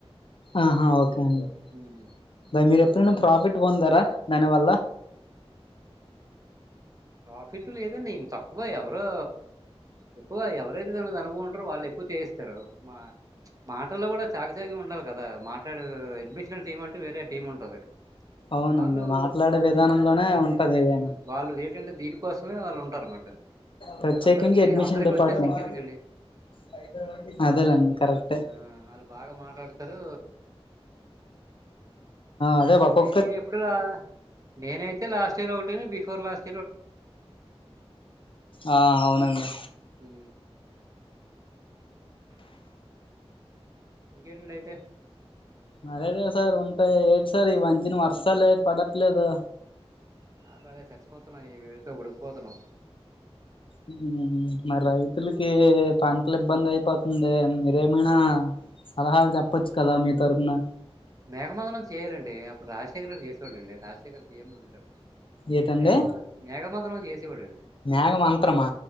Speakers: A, on the left; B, on the right.
A: ఆహా ఓకే అండి
B: ఉమ్,
A: బా మీరు ఎప్పుడైనా ప్రాఫిట్ పొందార దానివల్ల
B: ప్రాఫిట్ లేదండి ఇన్ తక్కువే ఎవరు ఎక్కువ ఎవరైతే దాని మీద అనుభవ ఉంటారో వాళ్లు ఎక్కువ చేయిస్తారు మా ప్చ్ మాటల్లో కూడా చాగు సేగం ఉండాలి కదా మాట్లాడే అడ్మిషనల్ టీమ్ అంటే వేరే టీం ఉంటది
A: అవునండి
B: వాళ్ళు
A: మాట్లాడే విధానంలోనే ఉంటది ఏదైనా
B: హ్మ్ వాళ్ళు ఏటంటే దీనికోసమే వాళ్ళు ఉంటారన్నమాట.
A: ప్రత్యేకించి
B: అందరికి
A: అడ్మిషన్
B: ఓకే. అందరికి
A: డిపార్ట్మెంట్
B: వచ్చేసి ఇంకెందుకండి.
A: ఫైద అదేలేండి కరెక్ట్ ఏయ్
B: ఆ ఆళ్ళు బాగా మాట్లాడతారు
A: అదే ఒకో
B: నేను ఎప్పుడు ఆ నేనైతే లాస్ట్ ఒక్కటి నీ బిఫోర్ లాస్
A: ఆ అవునండి
B: హు ఇంకేటండి అయితే
A: నరే డే సార్ ఉంటాయి ఏటి సార్ ఈ మధ్యన వర్షాలు ఎటీ పడట్లేదు
B: నాతో అదే చచ్చిపోతున్నా ఈ వేడితో ఉడికిపోతున్నాం
A: ఉహు మరి రైతులకి పంటల ఇబ్బంది అయిపోతుంది మీరే ఏమైనా సలహాలు చెప్పచ్చు కదా మీ తరఫున
B: మేఘమధులం సీరియల్ అండి అప్పుడు రాజేఖరెడ్డి చేసేవాళ్ళు అండి రాజశేఖర్ సి యం గా ఉండేటోళ్లు
A: ఏటండి
B: మేఘమధురం మేఘమధనం చేసేవాడు అండి
A: మేఘ మంత్రమా